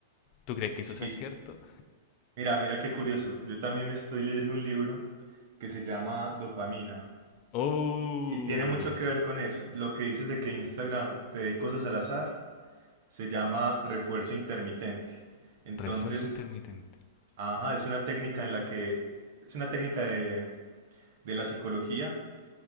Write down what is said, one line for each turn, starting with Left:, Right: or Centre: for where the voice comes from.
Left: ¿Tú crees que
Right: Sí,
Left: eso sea cierto?
Right: mira, mira qué curioso. Yo también me estoy leyendo un libro que se llama Dopamina
Left: Oh,
Right: y tiene mucho que ver con eso. Lo que dices de que Instagram te dé cosas al azar se llama refuerzo intermitente. Entonces,
Left: refuerzo intermitente.
Right: ajá, es una técnica en la que es una técnica de, de la psicología